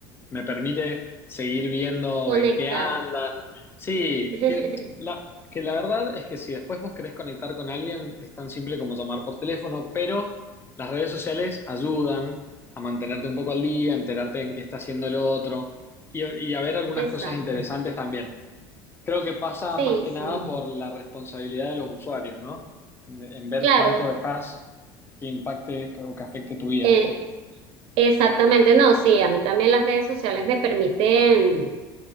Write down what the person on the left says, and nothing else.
me permite seguir viendo
en qué andan. Sí,
que la, que la verdad es que si después vos querés conectar con alguien, es tan simple como llamar por teléfono, pero las redes sociales ayudan a mantenerte un poco al día, a enterarte en qué está haciendo el otro y, y a ver algunas
cosas interesantes también. Creo que pasa
más que
nada por la responsabilidad de los usuarios, ¿no? En ver
cuánto dejás que impacte o que afecte tu vida.